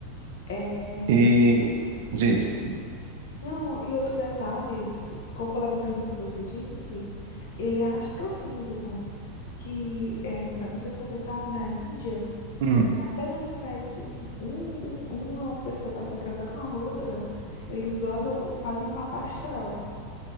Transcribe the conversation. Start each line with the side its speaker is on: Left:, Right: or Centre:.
Left: É,
Right: E diz.
Left: Não, e outro detalhe, complementando o que você disse, ele é astrofísico, que é, não sei se você sabe, na Índia,
Right: Hum.
Left: até mesmo para eles, se- um- um, uma pessoa para se casar com a outra, eles olham, fazem um mapa astral.